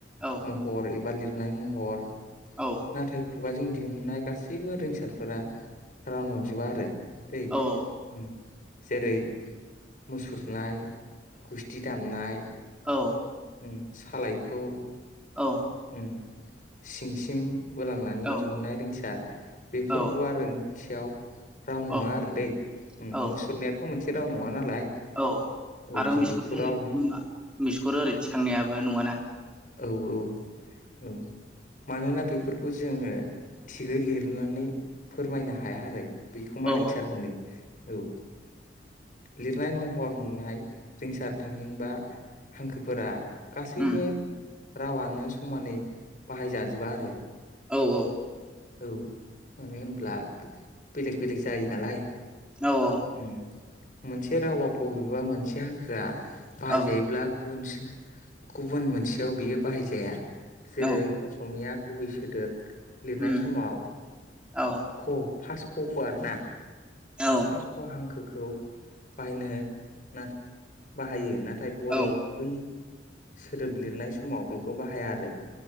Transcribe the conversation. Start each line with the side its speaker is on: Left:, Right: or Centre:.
Centre: औ।
Left: महर एबा लिरनाय महर
Centre: औ
Left: नाथाय खुगाजों दिहुननाय गासैबो रोंसारफोरा राव नंजोबा आरो दै
Centre: औ
Left: ओम। जेरै मुसुरनाय, गुस्थि दामनाय।
Centre: औ
Left: उम सालायखौ
Centre: औ।
Left: ओम सिंसिम बोलांनानै
Centre: औ
Left: दिहुनन्नाय रिंसार बेफोर
Centre: औ
Left: गुवारै थियाव राव
Centre: औ
Left: नङा आरो दै ओम
Centre: औ
Left: मुसुरनायाथ' मोनसे राव नङा नालाय।
Centre: औ
Left: औ
Centre: आरो
Left: जों
Centre: मिसखुर
Left: बेखौ राव
Centre: मिसखुर ओरै थिखांनायाबो नङाना।
Left: औ औ। औ मानोना बेफोरखौ जोङो थिगै लिरनानै फोरमायनो हाया आरो बेखौ मा
Centre: औ
Left: रिंसार होनो औ। लिरनाय महर मोननाय रिंसार थामहिनबा हांखोफोरा गासैबो
Centre: उम
Left: रावानो समानै बाहायजाजोबा आरो।
Centre: औ औ।
Left: औ मानो होनब्ला बेलेग बेलेग जायो नालाय।
Centre: औ औ।
Left: ओम मोनसे रावाव बबेबा मोनसे हांखोआ बाहायजायोब्ला
Centre: औ
Left: गुबुन सोर गुबुन मोनसेयाव बियो बाहायजाया जेरै
Centre: औ
Left: असमिया गुबै सोदोब लिरनाय
Centre: उम
Left: समाव
Centre: औ।
Left: ख' फार्स्ट ख' खौ आरोना।
Centre: औ।
Left: फास ख' हांखोखौ बाहायनो ना बाहायो ना नाथाय बर'
Centre: औ
Left: गुबै सोदोब लिरनाय समाव बेखौ बाहाया आरो।